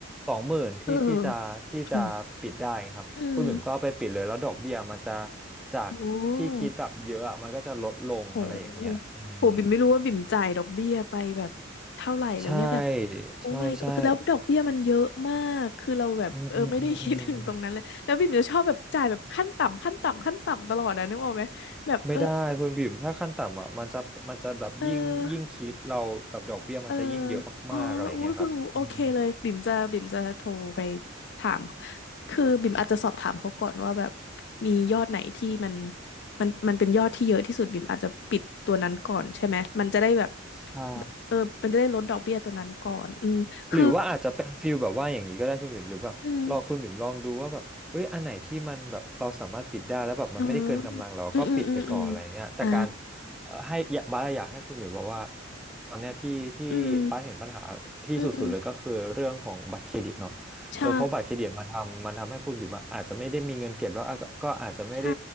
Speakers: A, in the centre; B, on the left.
A: สองหมื่นที่ที่จะที่จะปิดได้ครับคุณหมิวก็เอาไปปิดเลยแล้วดอกเบี้ยมันจะ
B: เอออืมอืม
A: จากที่คิดแบบเยอะอะมันก็จะลดลงอะไรอย่างเงี้ยอืม
B: โอ้ โหโหบิ่มไม่รู้ว่าบิ่มจ่ายดอกเบี้ยไปแบบเท่าไหร่แล้วเนี่ยแบบ
A: ใช่
B: โอ้
A: ใช่ใช่
B: my god คือแล้วดอกเบี้ยมันเยอะมากคือเราแบบเออไม่ได้คิดถึงตรงนั้นเลยแล้วบิ่มจะชอบแบบจ่ายแบบขั้นต่ำขั้นต่ำ
A: อืมอืมอืมอืม
B: ขั้นต่ำตลอดนะนึกออกไหมแบบเออ
A: ไม่ได้คุณบิ่มถ้าขั้นต่ำอ่ะมันจะมันจะแบบยิ่งยิ่งคิดเราแบบดอกเบี้ยมันจะยิ่งเยอะมากๆอะไรเงี้ยครับอืม
B: เออ เอออ๋ออุ้ยเพิ่งรู้โอเคเลยบิ่มจะบิ่มจะโทรไปถามคือบิ่มอาจจะสอบถามเขาก่อนว่าแบบมียอดไหนที่มันมันมันเป็นยอดที่เยอะที่สุดบิ่มอาจจะปิดตัวนั้นก่อนใช่ไหมมันจะได้แบบ
A: ใช่
B: เออมันจะได้ลดดอกเบี้ยตัวนั้นก่อนอืมคือ
A: หรือว่าอาจจะเป็นฟิลแบบว่าอย่างนี้ก็ได้คุณบิ่มหรือแบบรอคุณบิ่มลองดูว่าแบบเอ้ยอันไหนที่มันแบบเราสามารถปิดได้แล้วแบบมันไม่ได้เกินกำลังเราก็ปิดไปก่อนอะไรเงี้ยแต่การ
B: อืมอ๋ออืมอืมอืมอืมอ่า
A: เอ่อให้อย่าบาสอยากให้คุณบิ่มบอกว่าตอนเนี้ยที่ที่บาสเห็นปัญหาที่สุดๆเลยก็คือเรื่องของบัตรเครดิตเนาะเออเพราะบัตรเครดิตมันทำมันทำให้คุณบิ่มอะอาจจะไม่ได้มีเงินเก็บแล้วอะก็อาจจะไม่ได้
B: อืมอืมใช่ใช่